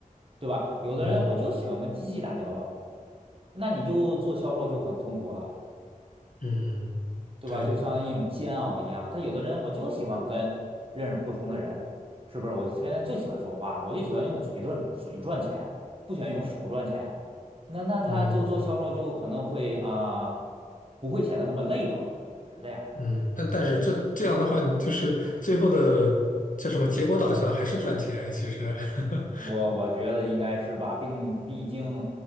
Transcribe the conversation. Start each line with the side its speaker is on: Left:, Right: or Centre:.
Right: 对吧？有的人我就喜欢跟机器打交道，
Left: 嗯
Right: 那你就做销售就很痛苦了。
Left: 嗯，
Right: 对吧？
Left: 对，
Right: 就像一种煎熬一样。他有的人我就喜欢跟认识不同的人，是不是？我现在就喜欢说话，我就喜欢用嘴赚嘴赚钱，不喜欢用手赚钱。那那他就做销售就可能会啊、
Left: 嗯
Right: 不会显得那么累吧？我觉得是这样的。
Left: 嗯，但但是这这样的话，你就是最后的叫什么结果导向还是赚钱啊，其实，<laughs>
Right: 我我觉得应该是吧，并毕竟，